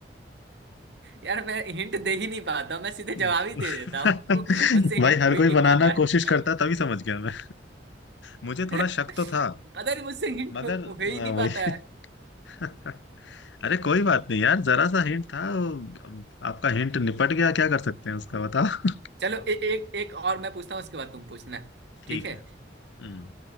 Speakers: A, on the right (about 70°); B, on the left (about 80°).
A: यार मैं हिंट दे ही नहीं पाता हूँ, मैं सीधे
B: <laughs>
A: जवाब ही दे देता
B: भाई
A: हूँ <laughs> मुझसे हिंट
B: हर
A: हो ही
B: कोई
A: नहीं
B: बनाना
A: पाता है
B: कोशिश करता तभी समझ गया मैं मुझे थोड़ा
A: <laughs>
B: शक तो था
A: पता नहीं मुझसे हिंट
B: मगर
A: हो,
B: अ,
A: हो ही नहीं पाता
B: वही
A: है
B: <laughs> अरे कोई बात नहीं यार जरा सा हिंट था वो, आपका हिंट निपट गया क्या कर सकते हैं उसका बताओ
A: चलो ए, एक एक और मैं पूछता हूँ उसके बाद तुम पूछना है,
B: ठीक
A: ठीक है
B: है हम्म